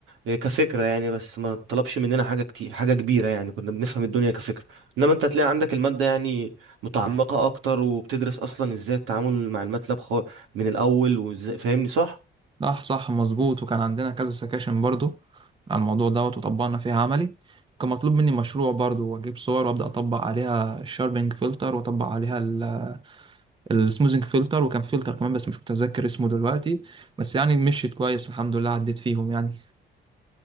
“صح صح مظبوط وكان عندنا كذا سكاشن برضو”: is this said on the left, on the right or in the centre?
Right